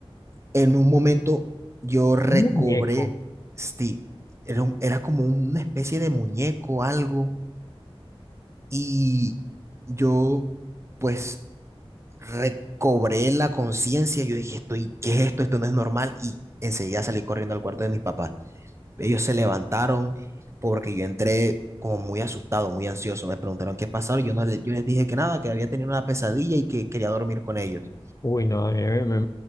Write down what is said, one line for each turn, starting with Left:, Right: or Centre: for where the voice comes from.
Right: En un momento yo recobré
Left: un muñeco.
Right: Steve. Era, un- era como una especie de muñeco, algo. Y yo, pues, recobré la conciencia. Yo dije, estoy, ¿qué es esto? Esto no es normal. Y enseguida salí corriendo al cuarto de mis papás. Ellos se levantaron porque yo entré como muy asustado, muy ansioso. Me preguntaron qué pasaba. y Yo no le- yo les dije que nada, que había tenido una pesadilla y que quería dormir con ellos.
Left: Uy, no, a mí me, me,